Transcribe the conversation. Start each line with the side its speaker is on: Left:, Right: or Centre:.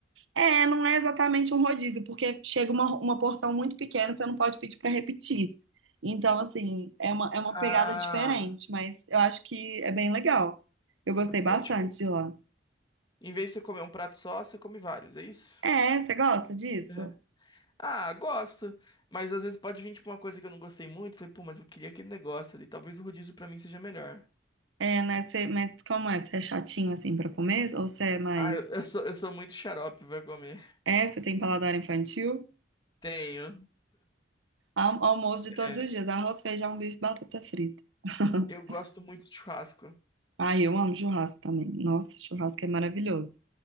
Right: é, não é exatamente um rodízio, porque chega uma, uma porção muito pequena, você não pode pedir para repetir. Então, assim, é uma, é uma
Left: Ah.
Right: pegada diferente, mas eu acho que é bem legal. Eu gostei bastante
Left: É tipo,
Right: de lá.
Left: em vez de você comer um prato só, você come vários, é isso?
Right: É, você gosta disso?
Left: Uhum. Ah, gosto. Mas às vezes pode vir tipo uma coisa que eu não gostei muito. Falei, pô, mas eu queria aquele negócio ali. Talvez o rodízio pra mim seja melhor.
Right: É, né? Você, mas como é? Você é chatinho assim pra comer? Ou você é mais.
Left: Ah, eu, eu sou, eu sou muito xarope pra comer.
Right: É, você tem paladar infantil?
Left: Tenho.
Right: Al- Almoço de
Left: É,
Right: todos os dias: arroz, feijão, bife, batata frita. <laughs>
Left: eu gosto muito de churrasco.
Right: Ai, eu amo churrasco também. Nossa, churrasco é maravilhoso.